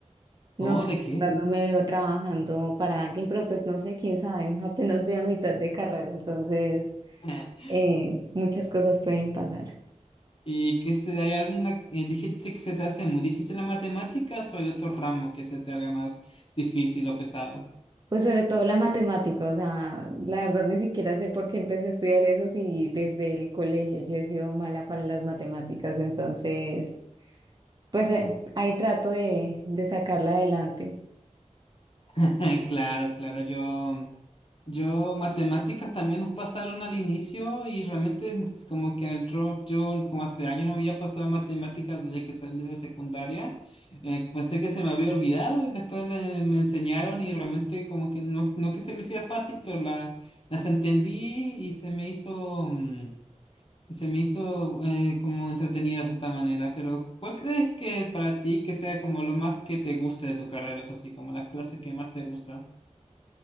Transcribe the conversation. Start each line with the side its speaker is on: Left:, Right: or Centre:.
Right: No
Left: ¿O
Right: sé,
Left: de qué?
Right: la verdad, no me veo trabajando para alguien, pero pues no sé, quién sabe, <laughs> apenas voy a mitad de carrera, entonces
Left: <laughs>
Right: eh, muchas cosas pueden pasar.
Left: ¿Y que se, hay alguna, eh, dijiste que se te hace muy difícil las matemáticas o hay otro ramo que se te haga más difícil o pesado?
Right: Pues sobre todo la matemática, o sea, la verdad ni siquiera sé por qué empecé a estudiar eso si desde el colegio yo he sido mala para las matemáticas, entonces pues eh, ahí trato de, de sacarla adelante.
Left: <laughs> Claro, claro, yo, yo matemáticas también nos pasaron al inicio y realmente es como que el drop, yo como hace años no había pasado matemáticas desde que salí de secundaria, eh, pensé que se me había olvidado y después le- me enseñaron y realmente como que no, no que se me hacía fácil, pero la, las entendí y se me hizo... mm, Se me hizo eh, como entretenido de cierta manera, pero ¿cuál crees que para ti que sea como lo más que te guste de tu carrera, eso sí, como las clases que más te gustan?